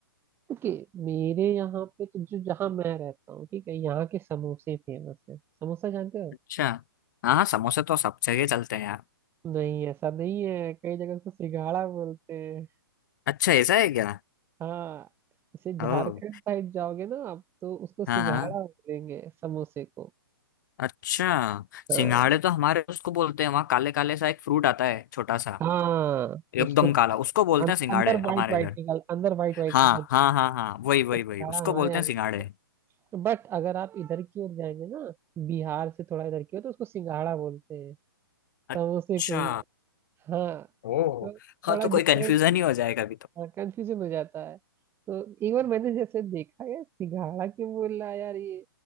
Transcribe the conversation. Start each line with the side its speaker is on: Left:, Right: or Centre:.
Right: ओके मेरे यहाँ पे तो जो जहाँ मैं रहता हूँ ठीक है यहाँ के समोसे फेमस है समोसा जानते हो
Left: अच्छा हाँ हाँ समोसे तो सब जगह चलते हैं यार
Right: नहीं ऐसा नहीं है कई जगह उसको सिंघाड़ा बोलते हैं
Left: अच्छा ऐसा है क्या
Right: हाँ इसे
Left: ओह
Right: झारखंड साइड जाओगे ना आप तो उसको सिंघाड़ा
Left: हाँ हाँ
Right: बोलेंगे समोसे को
Left: अच्छा सिंघाड़े
Right: हाँ
Left: तो हमारे उसको बोलते हैं वहाँ काले काले सा एक फ्रूट आता है छोटा सा
Right: हाँ
Left: एकदम
Right: उसको
Left: काला उसको बोलते
Right: अं-
Left: हैं सिंघाड़े
Right: अंदर वाइट
Left: हमारे
Right: वाइट
Left: इधर
Right: निकल अंदर वाइट वाइट
Left: हाँ
Right: निकल
Left: हाँ हाँ हाँ वही वही
Right: तो सिंघाड़ा
Left: वही उसको
Right: हमारे
Left: बोलते
Right: यहाँ
Left: हैं
Right: बोलते
Left: सिंघाड़े
Right: हैं बट अगर आप इधर की ओर जाएंगे ना बिहार से थोड़ा इधर की ओर तो उसको सिंघाड़ा बोलते हैं समोसे
Left: अच्छा
Right: को ही हाँ
Left: ओह
Right: तो
Left: हाँ
Right: बड़ा
Left: तो
Right: डिफरेंस
Left: कोई कंफ्यूजन ही हो जाए कभी तो
Right: कंफ्यूजन हो जाता है तो एक बार मैंने जैसे देखा यार सिंघाड़ा क्यों बोल रहा है यार ये